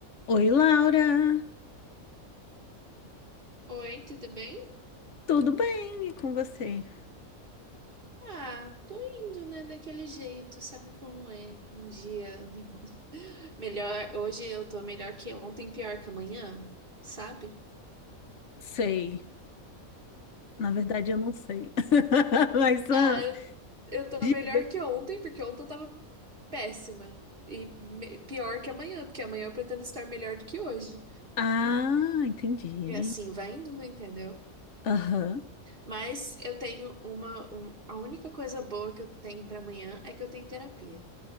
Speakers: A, on the left (about 60°); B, on the right (about 40°).
A: Oi, Laura,
B: Oi, tudo bem?
A: tudo bem? E com você?
B: Ah, tô indo, né, daquele jeito, sabe como é? Um dia <laughs> melhor, hoje eu tô melhor que ontem, pior que amanhã, sabe?
A: Sei, na verdade eu não sei. <laughs> Mas, ah,
B: Ah, eu, eu tô
A: diga.
B: melhor que ontem, porque ontem eu tava péssima. E me- pior que amanhã, porque amanhã eu pretendo estar melhor do que hoje.
A: Ah, entendi.
B: E assim vai indo, entendeu?
A: Aham.
B: Mas eu tenho uma, um- a única coisa boa que eu tenho pra amanhã é que eu tenho terapia.